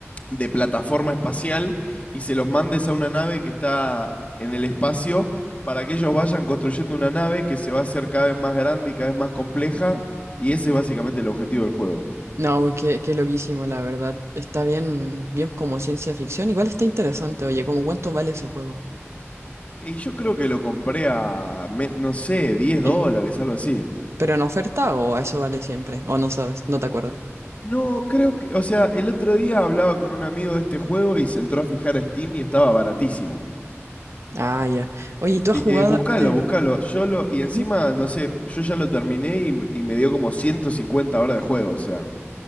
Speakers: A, on the left; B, on the right.
A: de plataforma espacial y se los mandes a una nave que está en el espacio para que ellos vayan construyendo una nave que se va a hacer cada vez más grande y cada vez más compleja, y ese es básicamente el objetivo del juego.
B: No, qué, qué loquísimo, la verdad. Está bien, bien como ciencia ficción. Igual está interesante, oye, ¿cómo cuánto vale ese juego?
A: Y yo creo que lo compré a, me- no sé, 10
B: En-
A: dólares, algo así.
B: ¿pero en oferta o eso vale siempre? ¿O no sabes? No te acuerdas.
A: No, creo que, o sea, el otro día hablaba con un amigo de este juego y se entró a fijar a Steam y estaba baratísimo.
B: Ah, ya. Oye, ¿y tú
A: Fi-
B: has jugado
A: Eh, buscalo,
B: a este?
A: buscalo. Yo lo, y
B: Ujú.
A: encima, no sé, yo ya lo terminé y, m- y me dio como 150 horas de juego, o sea,